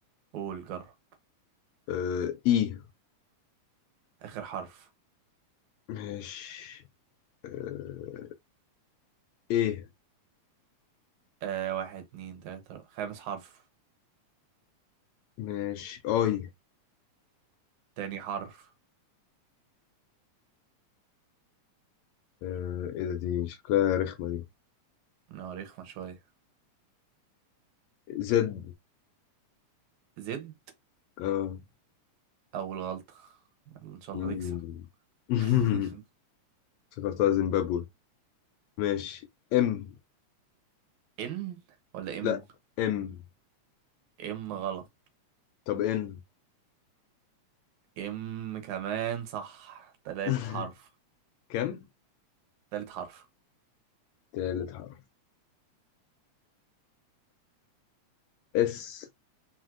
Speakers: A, on the right; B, on the left.
A: قول جرب
B: آه، اي
A: اخر حرف
B: ماشي آه ايه
A: آه واحد اتنين تلاتة أربعة. خامس حرف
B: ماشي اي
A: تاني حرف
B: آه ايه ده دي شكلها رخمة دي
A: نواريخ ما شوية
B: زد
A: زد
B: اه
A: اول غلطة يلا ان شاء
B: مم.
A: الله نكسب
B: <laughs>
A: <laughs>
B: افتكرتها زيمبابوي ماشي ام
A: ان ولا ام
B: لا ام
A: ام غلط
B: طب ان
A: ام كمان صح تلات
B: <laughs>
A: حرف
B: كم؟
A: تالت حرف
B: تالت حرف اس